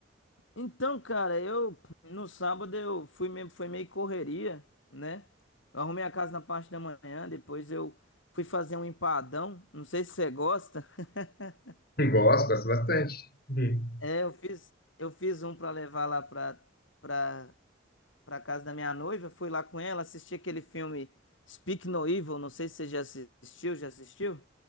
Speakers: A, on the left; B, on the left.
A: Então, cara, eu no sábado eu fui meio, foi meio correria, né? Eu arrumei a casa na parte da manhã, depois eu fui fazer um empadão, não sei se você gosta. <laughs>
B: <laughs> Gosto, gosto bastante. Hum.
A: É, eu fiz, eu fiz um pra levar lá pra para para casa da minha noiva, fui lá com ela, assisti aquele filme Speak No Evil, não sei se você já assistiu, já assistiu?